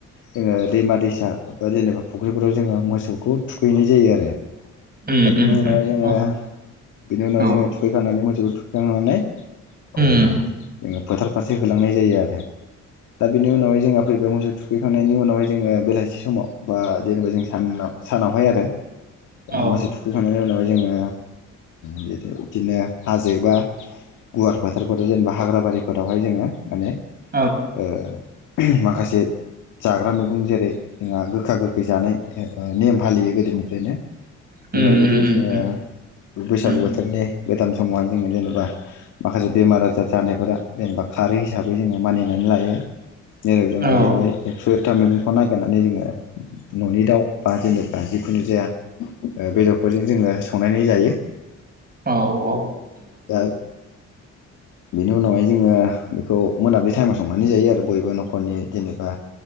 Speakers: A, on the left (about 80°); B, on the right (about 30°).
A: जोङो दैमा-दैसा बा जेनेबा फुख्रिफोराव जोङो मोसौखौ थुखैनाय जायो आरो दा
B: उम
A: बेनि
B: उम उम
A: उनावहाय
B: औ
A: जोङो बेनि उनावहाय
B: औ
A: जोङो थुखै खानानै मोसौखौ थुखांनानै ओ
B: उम
A: बे फोथार फारसे होलांनाय जायो आरो दा बेनि उनावहाय जोंहा फैबाय मोसौ थुखैखांनायनि उनावहाय जोङो बेलासि समाव बा जेनेबा जों सानाव सानावहाय आरो
B: औ औ
A: मोसौ थुखैखांनायनि उनाव जोङो बिदिनो हाजो बा गुवार फोथारफोराव जेनेबा हाग्र बारिफोरावहाय जोङो माने
B: औ
A: ओ माखासे जाग्रा मैगं जेरै जोंहा गोखा-गोखै जानाय नेम फालियो गोदोनिफ्रायनो
B: उम
A: जेबा बेफोरखौ
B: उम उम
A: जोङो
B: उम
A: बैसागु
B: उम
A: बोथोरनि गोदान समावहाय जोङो जेनेबा माखासे बेमार आजार जानायफोरा जेनेबा खारै हिसाबै जोङो मानिनानै लायो। जेराव जोङो
B: औ
A: बेवहाय एक्स' था मैगंखौ ननायागिरनानै जोङो न'नि दाउ बा जेनेबा जिखुनु जाया बेदरफोरजों जोङो संनानै जायो।
B: औ औ
A: दा बेनि उनावहाय जोङो बेखौ मोनाब्लि टाइमाव संनानै जायो आरो बयबो न'खरनि जेनेबा